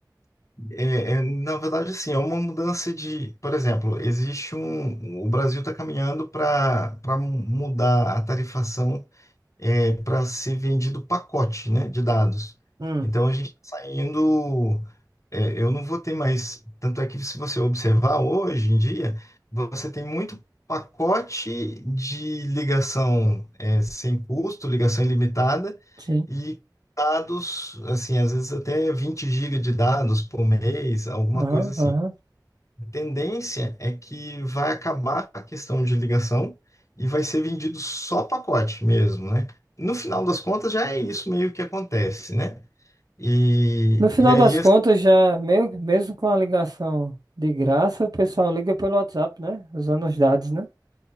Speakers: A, on the left (about 40°); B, on the right (about 55°).
A: É, é, na verdade, assim, é uma mudança de. Por exemplo, existe um. O Brasil está caminhando para para mudar a tarifação para ser vendido pacote, né, de dados.
B: Hum.
A: Então a gente está saindo. é, eu não vou ter mais. Tanto é que se você observar hoje em dia, você tem muito pacote de ligação é, sem custo, ligação ilimitada
B: Sim.
A: e dados, assim, às vezes até 20 gigas de dados por mês, alguma
B: Aham,
A: coisa assim.
B: aham.
A: A tendência é que vai acabar a questão de ligação e vai ser vendido só pacote mesmo, né? No final das contas, já é isso meio que acontece, né? E,
B: No final
A: e aí
B: das contas, já meio, mesmo com a ligação de graça, o pessoal liga pelo WhatsApp, né? Usando os dados, né?